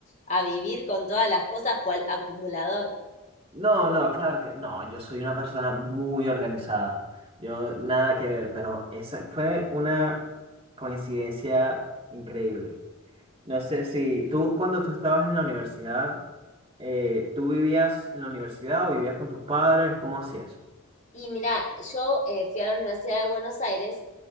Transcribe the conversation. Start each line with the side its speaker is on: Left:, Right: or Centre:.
Left: a vivir con todas las cosas cual acumulador.
Right: No, no, claro que no, yo soy una persona muy organizada. Yo nada que ver, pero esa fue una coincidencia increíble. No sé si tú, cuando tú estabas en la universidad, eh, ¿tú vivías en la universidad o vivías con tus padres? ¿Cómo hacías?
Left: Y mira, yo eh, fui a la Universidad de Buenos Aires